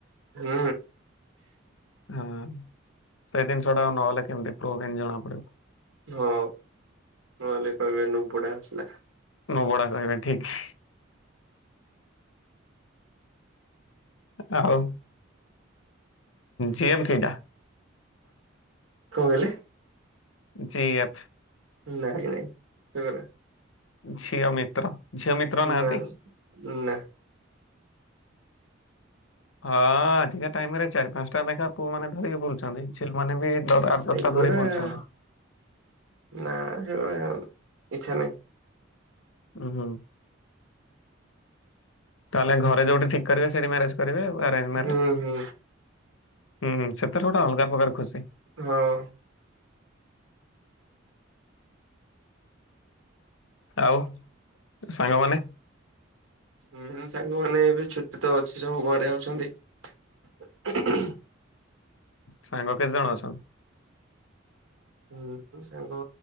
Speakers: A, on the right (about 85°); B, on the left (about 80°).
A: ହୁଁ।
B: ହଁ ସେଇ ଜିନିଷଟା ନହେଲେ କେମିତି ପ୍ରୁ କେମିତି ଜଣା ପଡିବ?
A: ହଁ ନହେଲେ କହିବେ ନୁପୁଡା ଆସିଲା।
B: ନୁବୁଡା କହିବେ ଠିକ। ଆଉ ଜିଏଫ୍ କେଇଟା?
A: କଁ କହିଲେ?
B: ଜି ଏଫ୍
A: ନାଇଁ ନାଇଁ ସେଗୁରା।
B: ଝିଅ ମିତ୍ର। ଝିଅ ମିତ୍ର ନାହାନ୍ତି?
A: ନାଇଁ ନାଁ।
B: ହଁ ଆଜିକା ଟାଇମ ରେ ଚାରି ପାଞ୍ଚ ଟା ଲେଖାଏଁ ପୁଅ ମାନେ ଧରିକି ବୁଲୁଚନ୍ତି। ଛିଲ୍ ମାନେ ବି ଦ ଆଠ
A: ସେଗୁରା
B: ଦଶଟା ଧରିକି ବୁଲଛନ୍ତି।
A: ନା ସେଗୁରା ସବୁ ଇଚ୍ଛା ନାଇଁ।
B: ଉୁଁ ହୁଁ ତାହେଲେ ଘରେ ଯୋଉଠି ଠିକ୍ କରିବେ ସେଇଠି ମ୍ୟାରେଜ କରିବେ ଆଉ ଆରେଞ୍ଜ ମ୍ୟାରେଜ୍।
A: ହୁଁ ହୁଁ
B: ହୁଁ ହୁଁ ସେଥିରେ ଗୋଟେ ଅଲଗା ପ୍ରକାର ଖୁସି।
A: ହଁ।
B: ଆଉ ସାଙ୍ଗମାନେ?
A: ହୁଁ ସାଙ୍ଗମାନେ ଏବେ ଛୁଟି ତ ଅଛି ସବୁ ଘରେ ଅଛନ୍ତି। <unintelligible>
B: ସାଙ୍ଗ କେଜଣ ଅଛନ୍ତି?
A: ହୁଁ ସାଙ୍ଗ